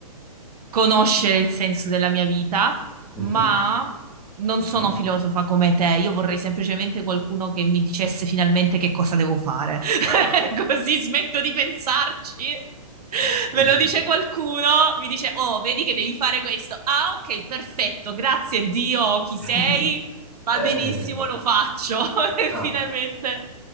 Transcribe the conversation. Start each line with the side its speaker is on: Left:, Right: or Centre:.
Right: conoscere il senso della mia vita,
Centre: Mhm,
Right: ma non
Centre: mhm.
Right: sono filosofa come te. Io vorrei semplicemente qualcuno che mi dicesse finalmente che cosa devo fare. <laughs> Così smetto di pensarci.
Centre: Giusto.
Right: Me lo dice qualcuno, mi dice: Oh, vedi che devi fare questo. Ah, ok, perfetto, grazie Dio, chi sei?
Centre: <laughs>
Right: Va
Centre: Eh,
Right: benissimo, lo faccio. <laughs>
Centre: ci
Right: E
Centre: sta,
Right: finalmente